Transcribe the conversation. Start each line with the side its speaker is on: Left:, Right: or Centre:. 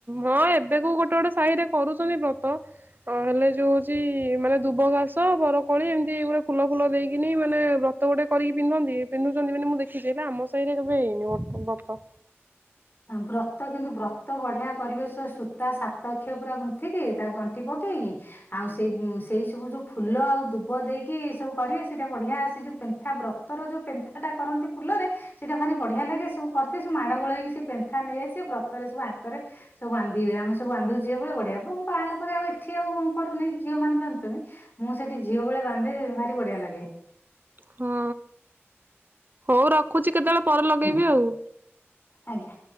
Right: ହଁ ଏବେ କୋଉ ଗୋଟେ ଗୋଟେ ସାହିରେ କରୁଚନ୍ତି ବ୍ରତ ଅ ହେଲେ ଯୋଉ ହଉଚି ମାନେ ଦୁବ ଘାସ ବରକୋଳି ଏମିତି ଗୋଟେ ଫୁଲ ଫୁଲ ଦେଇକିନି ମାନେ ବ୍ର ତତ ଗୋଟେ କରିକି ପିନ୍ଧନ୍ତି ପିନ୍ଧୁଚନ୍ତି ମାନେ ମୁଁ ଦେଖିଚି ହେଲେ ଆମ ସାହିରେ କେବେ ହେଇନି ବର୍ତ୍ତ ବତ
Left: ବ୍ରତ କିନ୍ତୁ ବ୍ରତ ବଢ଼ିଆ କରିବେ ସ ସୂତା ସାତ କିଅ ପୁରା ଗୁନ୍ଥିକି ତାକୁ ଗଣ୍ଠି ପକେଇକି ଆଉ ସେଇ ସେଇ ସବୁ ଯୋଉ ଫୁଲ ଆଉ ଦୁବ ଦେଇକି ଏଇ ସବୁ କରିବେ ସେଇଟା ବଢିଆ ଆ ସେ ଯୋଉ ପେ ବ୍ରତର ଯୋଉ ପେନ୍ଥାଟା କରନ୍ତି ଫୁଲରେ ସେଇଟା ଭାରି ବଢ଼ିଆ ଲାଗେ ସବୁ କରିଥିବେ ସବୁ ମାଡ଼ ଗୋଳ ହେଇକି ସେ ପେନ୍ଥା ନେଇ ଆସିବେ ବ୍ରତରେ ସବୁ ହାତରେ ସବୁବାନ୍ଧିବେ ଆମେ ସବୁ ବାନ୍ଧୁ ଝିଅବେଳେ ବଢ଼ିଆ ମୁଁ ବାହାହେଲା ପରେ ଆଉ ଏଠି ଆଉ କରୁନିଁ ଝିଅ ମେନେ ବାନ୍ଧୁଚନ୍ତି ମୁଁ ସେଠି ଝିଅ ବେଳେ ବାନ୍ଧେ ଭାରି ବଢ଼ିଆ ଲାଗେ।
Right: ହଁ ହଉ ରଖୁଚି କେତେବେଳେ ପରେ ଲଗେଇବି
Left: ହୁଁ
Right: ଆଉ?
Left: ଆଜ୍ଞା।